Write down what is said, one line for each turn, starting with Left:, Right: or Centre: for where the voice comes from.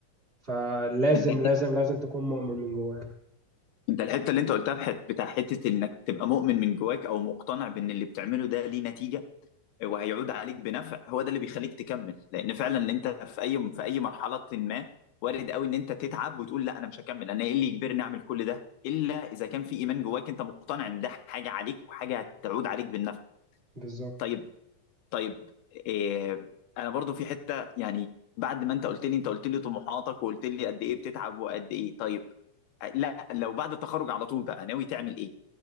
Right: فلازم
Left: انت
Right: لازم لازم تكون مؤمن من جواك
Left: انت الحته اللي انت قلتها في حت- بتاع حته انك تبقى مؤمن من جواك او مقتنع بان اللي بتعمله ده ليه نتيجه وهيعود عليك بنفع هو ده اللي بيخليك تكمل لان فعلا اللي انت في اي في اي مرحله ما وارد قوي ان انت تتعب وتقول لا انا مش هكمل انا ايه اللي يجبرني اعمل كل ده الا اذا كان في ايمان جواك انت مقتنع ان ده حاجه عليك وحاجه هتعود عليك بالنفع
Right: بالظبط
Left: طيب طيب إيه انا برضو في حته يعني بعد ما انت قلت لي انت قلت لي طموحاتك وقلت لي قد ايه بتتعب وقد ايه طيب آه، لا لو بعد التخرج على طول بقى ناوي تعمل ايه